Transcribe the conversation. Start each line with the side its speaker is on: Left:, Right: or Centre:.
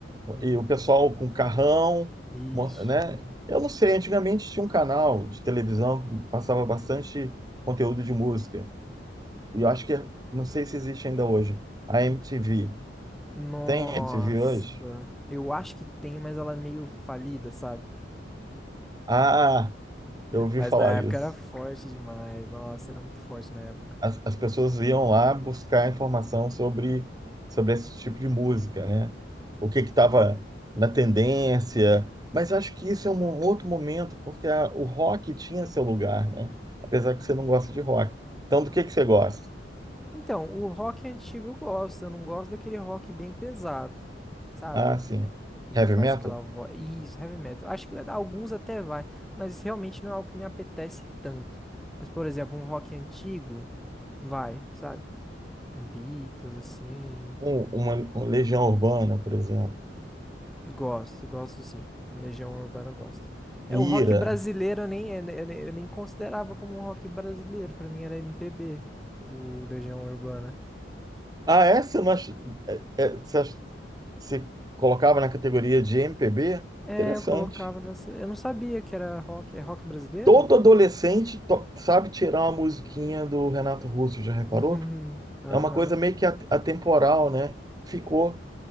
Centre: Uhum.
Right: E o pessoal com carrão,
Centre: Isso.
Right: mo- né? Eu não sei, antigamente tinha um canal de televisão que passava bastante conteúdo de música. E eu acho que, é, não sei se existe ainda hoje. A MTV.
Centre: Nossa,
Right: Tem MTV hoje?
Centre: eu acho que tem, mas ela é meio falida, sabe?
Right: Ah! Eu ouvi
Centre: Mas
Right: falar
Centre: na época
Right: isso.
Centre: era forte demais, nossa, era muito forte na época.
Right: As, as pessoas iam lá buscar informação sobre, sobre esse tipo de música, né? O que que estava na tendência. Mas acho que isso é um outro momento, porque a- o rock tinha seu lugar, né? Apesar que você não gosta de rock. Então, do que que você gosta?
Centre: Então, o rock antigo eu gosto, eu não gosto daquele rock bem pesado, sabe?
Right: Ah, sim.
Centre: Que
Right: Heavy
Centre: faz
Right: metal?
Centre: aquela voz. Isso, heavy metal. Acho que alguns até vai, mas realmente não é algo que me apetece tanto. Mas, por exemplo, um rock antigo vai, sabe? Um Beatles, assim.
Right: Um, uma, uma Legião Urbana, por exemplo.
Centre: Gosto, gosto sim. Um Legião Urbana eu gosto. É,
Right: Ira.
Centre: o rock brasileiro eu nem, eu nem eu nem considerava como um rock brasileiro, pra mim era MPB, o Legião Urbana.
Right: Ah, essa nós, é, é, você ach- você colocava na categoria de MPB?
Centre: É,
Right: Interessante.
Centre: eu colocava nessa. Eu não sabia que era rock. É rock brasileiro?
Right: Todo adolescente to- sabe tirar uma musiquinha do Renato Russo, já reparou?
Centre: <laughs>
Right: É
Centre: Aham.
Right: uma coisa meio que at- atemporal, né? Ficou.